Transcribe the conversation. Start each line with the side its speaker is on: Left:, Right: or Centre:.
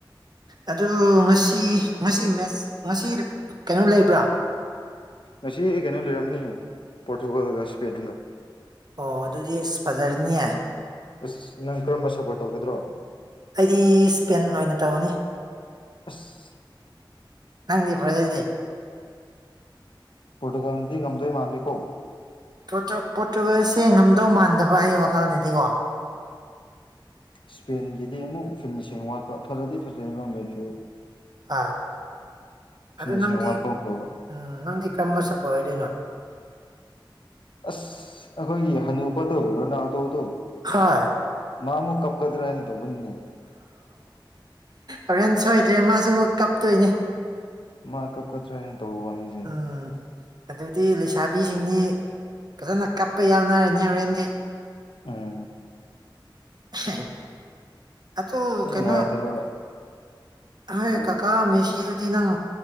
Right: ꯑꯗꯨꯕꯨ ꯉꯁꯤ ꯉꯁꯤ ꯃꯦꯁ ꯉꯁꯤ ꯀꯩꯅꯣ ꯂꯩꯕ꯭ꯔꯥ
Left: ꯉꯁꯤ ꯀꯩꯅꯣ ꯂꯩꯔꯝꯅꯤ ꯄꯣꯔꯇꯨꯒꯜꯒ ꯁꯄꯦꯟꯒ
Right: ꯑꯣ ꯑꯗꯨꯗꯤ ꯑꯁ ꯐꯖꯔꯤꯅꯤꯌꯦ
Left: ꯑꯁ ꯅꯪ ꯀꯔꯝꯕ ꯁꯞꯄꯣꯔꯠ ꯇꯧꯒꯗ꯭ꯔꯣ
Right: ꯑꯩꯗꯤ ꯏꯁꯄꯦꯟ ꯑꯣꯏꯅ ꯇꯧꯔꯅꯤ
Left: ꯑꯁ
Right: ꯅꯪꯗꯤ ꯐꯕꯔꯖꯤꯜꯗꯤ
Left: ꯄꯣꯇꯨꯒꯜꯗꯤ ꯉꯝꯗꯣꯏ ꯃꯥꯜꯂꯤꯀꯣ
Right: ꯄꯣꯠꯇꯨ ꯄꯣꯠꯇꯨꯒꯜꯁꯦ ꯉꯝꯗꯧ ꯃꯥꯟꯗꯕ ꯑꯩ ꯋꯥꯈꯜꯅꯗꯗꯤꯀꯣ
Left: ꯏꯁꯄꯦꯟꯒꯤꯗꯤ ꯑꯃꯨꯛ ꯐꯤꯅꯤꯁꯤꯡ ꯋꯥꯠꯄ ꯐꯔꯗꯤ ꯐꯖꯩ ꯃ ꯃꯦꯐ꯭ꯌꯨ
Right: ꯑ
Left: ꯐꯤꯅꯤꯁꯤꯡ
Right: ꯑꯗꯨ ꯅꯪꯗꯤ
Left: ꯋꯥꯠꯄ ꯑꯃ ꯇꯧꯕ
Right: ꯎꯝ ꯅꯪꯗꯤ ꯀꯔꯝꯕ ꯁꯞꯄꯣꯔꯠ ꯑꯣꯏꯗꯣꯏꯅꯣ
Left: ꯑꯁ ꯑꯩꯈꯣꯏꯒꯤ ꯍꯅꯨꯕꯗꯣ ꯔꯣꯅꯥꯜꯗꯣꯗꯣ
Right: ꯍꯥꯏ
Left: ꯃꯥ ꯑꯃꯨꯛ ꯀꯞꯀꯗ꯭ꯔꯥ ꯍꯥꯏꯅ ꯇꯧꯕꯅꯤꯅꯦ
Right: ꯍꯣꯔꯦꯟ ꯁꯣꯏꯗ꯭ꯔꯦ ꯃꯥꯁꯨ ꯀꯞꯇꯣꯏꯅꯦ
Left: ꯃꯥ ꯀꯞ ꯀꯗꯔꯅ ꯇꯧ ꯋꯥꯅꯦ
Right: ꯎꯝ ꯑꯗꯨꯗꯤ ꯂꯩꯁꯥꯕꯤꯁꯤꯡꯗꯤ ꯐꯖꯅ ꯀꯞꯄ ꯌꯥꯎꯅꯔꯅꯤ ꯍꯣꯔꯦꯟꯗꯤ
Left: ꯎꯝ
Right: <unintelligible> ꯑꯗꯨ ꯀꯩꯅꯣ
Left: ꯅꯨꯡꯉꯥꯏꯇꯕ
Right: ꯍꯥꯏ
Left: ꯎꯝ
Right: ꯀꯀꯥ ꯃꯦꯁꯤꯗꯨꯗꯤ ꯅꯪ